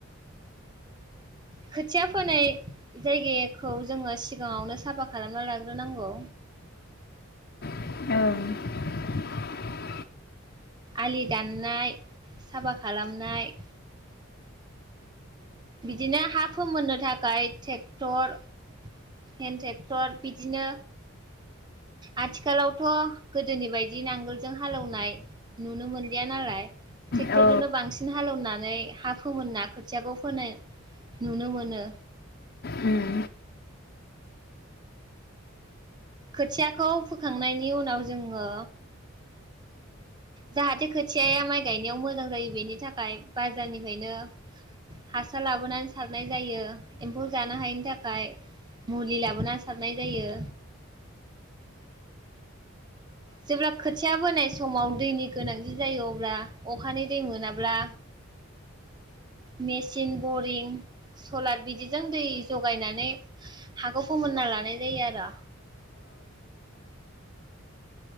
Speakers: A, on the right; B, on the left.
A: खोथिया फोनाय जायगायाखौ जोङो सिगाङावनो साफा खालामना लाग्रोनांगौ।
B: औ नंगौ नोंथां।
A: आलि दाननाय साफा खालामनाय बिदिनो हा फोमोननो थाखाय टेक्टर हेन टेक्टर बिदिनो आथिखालावथ' गोदोनि बायदि नांगोलजों हालेवनाय नुनो मोनलिया नालाय। टेक्टरजोंनो
B: औ
A: बांसिन हालेवनानै हा फोमोन ना खोथियाखौ नुनो मोनो।
B: उम।
A: खोथियाखौ फोखांनायनि उनाव जोङो जाहाथे खोथियाया माइ गायनायाव मोजां जायो बेनि थाखाय बाजारनिफ्रायनो हासार लाबोनानै सारनाय जायो। एम्फौ जानो हायिनि थाखाय मुलि लाबोना सारनाय जायो। जेब्ला खोथिया बोनाय समाव दैनि गोनांथि जायो अब्ला अखानि दै मोनाब्ला मेचिन बरिं सलार बिदिजों दै जगायनानै हाखौ फोमोनना लानाय जायो आरो।